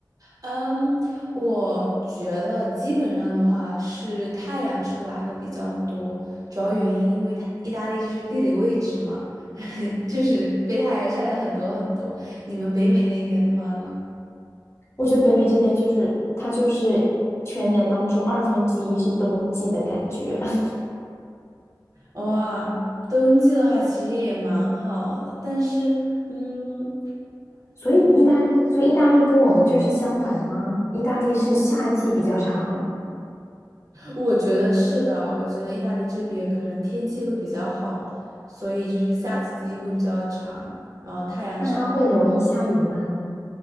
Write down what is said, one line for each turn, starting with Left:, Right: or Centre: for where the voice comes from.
Right: 嗯，我觉得基本上的话是太阳出来的比较多，主要原因因为它意大利就是地理位置嘛，<laughs> 就是被太阳晒了很多很多。你们北美那边的话呢？
Left: 我觉得北美这边就是它就是全年当中二分之一是冬季的感觉，<laughs>
Right: 哇，冬季的话其实也蛮好的，但是嗯，
Left: 所以意大利，所以意大利跟我们这儿是相反的吗？意大利是夏季比较长，
Right: 我觉得是的，我觉得意大利这边可能天气会比较好，所以就是夏季会比较长，然后太阳。
Left: 那它会容易下雨吗？
Right: 晒。